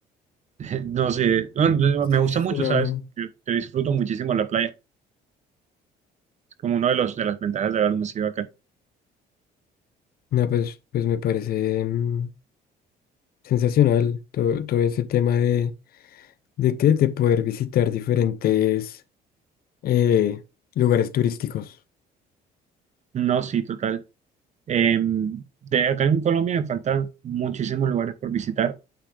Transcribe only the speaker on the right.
<laughs> No sé, no, me
gusta
mucho,
¿sabes?
Yo, yo disfruto muchísimo la playa. Es como una de, los, de las ventajas de haber nacido acá.
No, sí, total. Eh, de acá en Colombia me faltan muchísimos lugares por visitar.